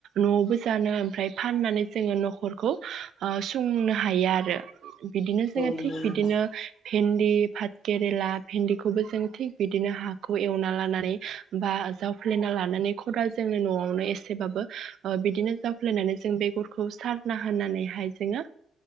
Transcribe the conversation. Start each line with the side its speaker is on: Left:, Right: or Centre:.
Right: नआवबो जानो ओमफ्राय फाननानै जोङो नखरखौ संनो हायो आरो बिदिनो जोङो
Left: औ नंगौ
Right: थिग
Left: नोंथां
Right: बिदिनो भिन्दि भाथ केेरेला भिन्दिखौबो जों थिग बिदिनो हाखौ एवना लानानै बा जावफ्लेना लानानै खदाल जोंनि नआवनो एसेबाबो बिदिनो जावफ्लेनानै जों बे गरखौ सारना होनानैहाय जोङो